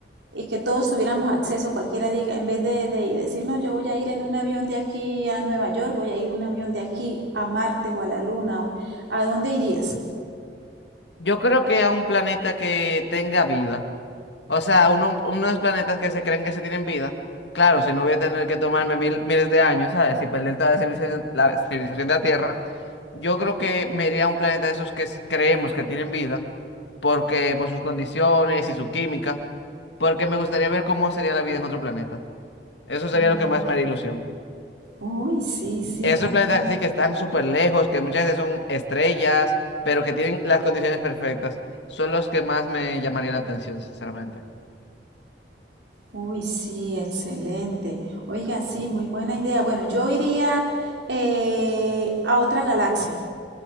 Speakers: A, on the right; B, on the left.
A: y que todos tuviéramos acceso, cualquiera diga, en vez de, de decir, no, yo voy a ir en un avión de aquí a Nueva York, voy a ir en un avión de aquí a Marte o a la Luna, o, ¿a dónde irías?
B: Yo creo que a un planeta que tenga vida. O sea, uno, unos planetas que se creen que se tienen vida. Claro, si no voy a tener que tomarme mil, miles de años, ¿sabes? Y perder toda la civilización, la civilización de la Tierra. Yo creo que me iría a un planeta de esos que s- creemos que tienen vida, porque por sus condiciones y su química, porque me gustaría ver cómo sería la vida en otro planeta. Eso sería
A: Mm.
B: lo que más me haría ilusión.
A: Uy, sí, sí,
B: Esos
A: sí.
B: planetas así que están súper lejos, que muchas veces son estrellas, pero que tienen las condiciones perfectas, son los que más me llamaría la atención, sinceramente.
A: Uy, sí, excelente. Oiga, sí, muy buena idea. Bueno, yo iría eh, a otra galaxia.